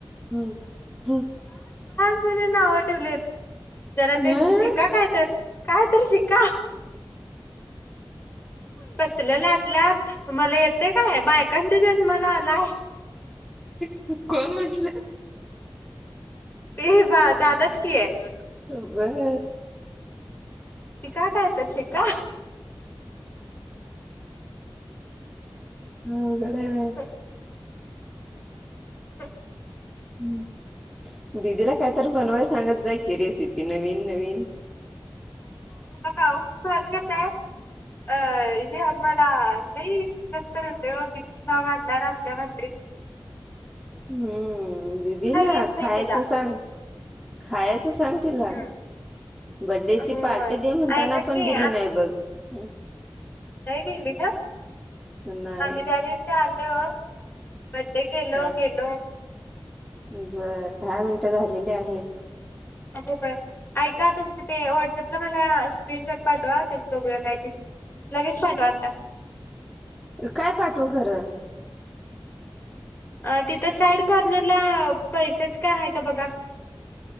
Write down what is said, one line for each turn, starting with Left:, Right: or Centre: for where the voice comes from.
Centre: हम्म, हम्.
Left: मिनिट ना नावं ठेवले. जरा त्यांच
Centre: ह
Left: शिक. तर काय तर शिका. बसलं लाटल्यात तुम्हाला येते काय बायकांच्या जन्माला आलाय.
Centre: कोण म्हटलं?
Left: ते बा, दादाच कि आहे.
Centre: वर
Left: शिका काय तर शिका.
Centre: अवघड आहे बाई
Left: ह <inaudible> हम <inaudible>
Centre: हम्.. दिदीला काय तर बनवाय सांगत जा? रेसिपी नवीन- नवीन.
Left: का कस आहे अ हे आ मला नाही कसंतरी होत अगीदी नाव घांडणारल्या भंडीत <inaudible>
Centre: हम्म. दिदीला
Left: येत
Centre: खायचं
Left: नाही तिला
Centre: सांग. खायच तू सांग तिला,
Left: हम्म.
Centre: बड्डेची
Left: होय
Centre: पार्टी दे म्हणताना
Left: ऐका की
Centre: पण दिली नाही बघ. <unintelligible>
Left: काय गेली का?
Centre: नाही
Left: आम्ही, त्या दिवशी आलो बडडे केलो
Centre: हा
Left: गेलो.
Centre: बर, दहा मिनट- झालेले आहेत.
Left: हो ऐका तुमचं ते व्हॉट्सअपला मला स्क्रीनशॉट पाठवा ते बघूया काय ते, लगेच पाठवा आता.
Centre: काय पाठव खरं?
Left: अ तिथं साईड कॉर्नरला पैसेच काय आहे का बघा.